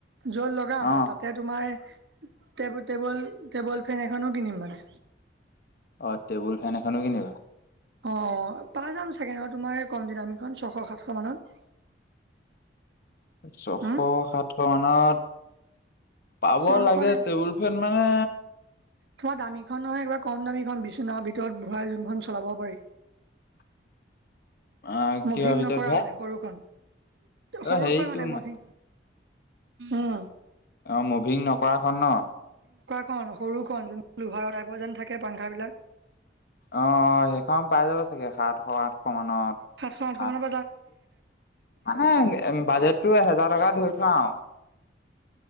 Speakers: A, on the right; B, on the left.
A: যত লগাম
B: অ
A: মে তাতে তোমাৰ টেবুল টেবুল ফেন এখনো কিনিম মানে।
B: অ, টেবুল ফেন এখনো কিনিবা?
A: অ, পাই যাম চাগে ন' তোমাৰ কম দামিখন ছশ সাতশ মানত?
B: ছশ
A: হম
B: সাতশ মানত পাব
A: সৰুখন
B: লাগে, টেবুল ফেন মানে
A: তোমাৰ দামীখন নহয় কিবা কম দামীখন বিচন ভিতৰত ভূঢৰাই যোনখন চলাব পাৰি।
B: <inaudible> অ
A: মভিং
B: কিহৰ ভিতৰত
A: নকৰা
B: ভাই
A: মানে সৰুখন। সৰু
B: অ হেৰিটো
A: খন মানে মভিঙ উম,
B: অ, মুভিং নকৰাখন ন?
A: খন সৰুখনন যোন লোহাৰ টাইপ যেন থাকে পাংখা বিলাক।
B: অ, সেইখন পাই যাব চাগে সাতশ আঠশ মানত।
A: সাতশ আঠশ মানত
B: আঠ মানে বাজেটটো এহেজাৰ টকা ধৰি থোৱা আৰু